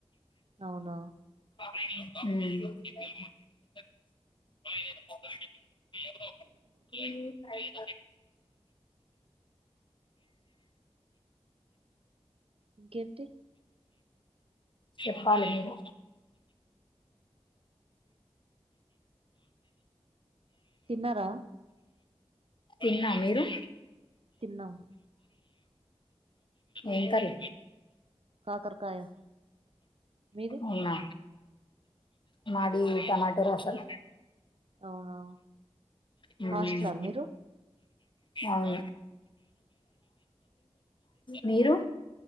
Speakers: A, on the right; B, on the left.
A: అవును
B: హ్మ్ ఏ స
A: ఇంకేంటి
B: చెప్పాలి మీరు
A: తిన్నారా
B: తిన్నా మీరు
A: తిన్నాం
B: ఏం కర్రీ
A: కాకరకాయ మీది
B: అవునా మాది టమాటో రసం
A: అవునా
B: మ్మ్.
A: హాస్టలా మీరు
B: అవును మీరు